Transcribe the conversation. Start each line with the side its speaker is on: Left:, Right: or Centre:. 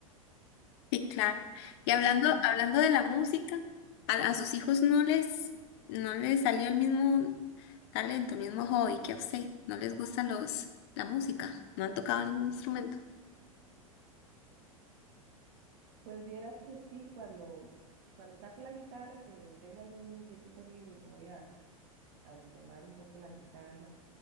Left: Sí, claro. Y hablando,
Right: <clears throat>
Left: hablando de la música, a, a sus hijos no les, no les salió el mismo talento, el mismo hobby que a usted. No les gustan los, la música. No han tocado ningún instrumento.
Right: Pues vieras que sí, cuando, cuando saco la guitarra, que tengo algún tiempito libre y voy a, a retomar un poco la guitarra,